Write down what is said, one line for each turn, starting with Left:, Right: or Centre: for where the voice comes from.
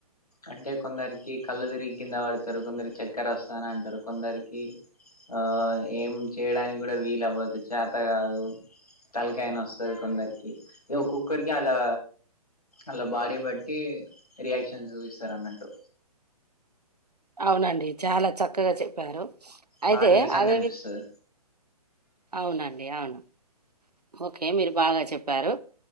Left: అంటే కొందరికి కళ్ళు తిరిగి కింద పడతారు కొందరికి చక్కెర వస్తాన అంటారు కొందరికి ఆ ఏం చేయడానికి కూడా వీలు అవ్వద్దు చేత కాదు తలకాయ నోస్తది కొందరికి ఇ ఒక్కొక్కరికి అలా అలా బాడీ బట్టి రియాక్షన్స్ చూస్తారు అన్నట్టు
Right: అవునండి చాలా చక్కగా చెప్పారు అయితే
Left: బాగా నీరసంగా
Right: అదేమీ
Left: అనిపిస్తది
Right: అవునండి అవును ఓకే మీరు బాగా చెప్పారు